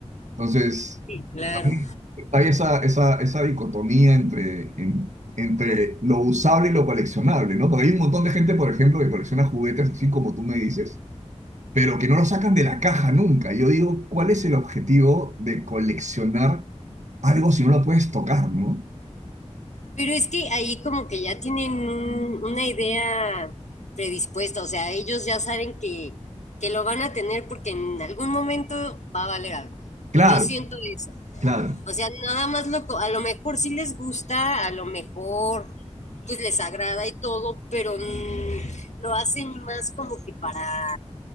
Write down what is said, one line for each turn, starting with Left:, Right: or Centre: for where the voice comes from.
Right: Entonces,
Left: Sí. Claro.
Right: a mí hay esa, esa, esa dicotomía entre, en- entre lo usable y lo coleccionable, ¿no? Porque hay un montón de gente, por ejemplo, que colecciona juguetes, así como tú me dices, pero que no lo sacan de la caja nunca. Yo digo, ¿cuál es el objetivo de coleccionar algo si no lo puedes tocar, ¿no?
Left: Pero es que ahí como que ya tienen un- una idea predispuesta, o sea, ellos ya saben que, que lo van a tener porque en algún momento va a valer algo.
Right: Claro.
Left: Yo siento eso.
Right: Claro,
Left: O sea, nada más lo, co- a lo mejor sí les gusta, a lo mejor pues les agrada y todo, pero mm, lo hacen más como que para,